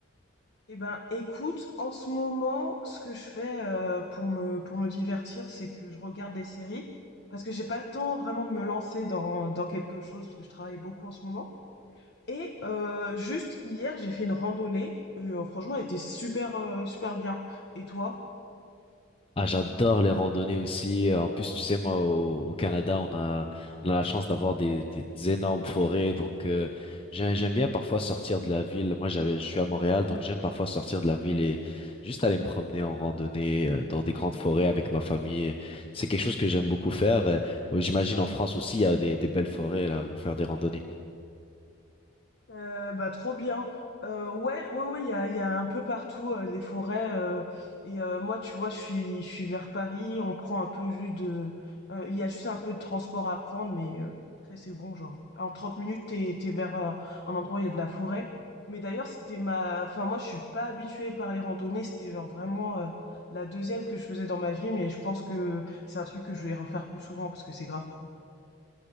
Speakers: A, on the left (about 55°); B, on the left (about 25°).
A: Eh ben, écoute, en ce moment, ce que je fais euh, pour me pour me divertir, c'est que je regarde des séries parce que j'ai pas le temps vraiment de me lancer dans dans quelque chose parce que je travaille beaucoup en ce moment. Et euh, juste hier, j'ai fait une randonnée. Et, euh, franchement, elle était super euh, super bien. Et toi?
B: Ah, j'adore les randonnées aussi. En plus, tu sais, moi, au, au Canada, on a, on a la chance d'avoir des, des, des énormes forêts. Donc, euh, j'ai- j'aime bien parfois sortir de la ville. Moi, j'avais, je suis à Montréal, donc j'aime parfois sortir de la ville et juste aller me promener en randonnée euh, dans des grandes forêts avec ma famille. C'est quelque chose que j'aime beaucoup faire. Euh, J'imagine en France aussi, il y a des, des belles forêts là où faire des randonnées.
A: Euh, bah trop bien. Euh, ouais, ouais, ouais, il y a, il y a un peu partout euh, des forêts. euh, et euh, moi, tu vois, je suis, je suis vers Paris. On prend un peu juste de, euh, il y a juste un peu de transport à prendre, mais euh, après c'est bon, genre en 30 minutes t'es, t'es vers euh, un endroit où il y a de la forêt. Mais d'ailleurs, c'était ma, enfin moi, je suis pas habituée par les randonnées. C'était genre vraiment euh, la deuxième que je faisais dans ma vie, mais je pense que c'est un truc que je vais refaire plus souvent parce que c'est grave cool.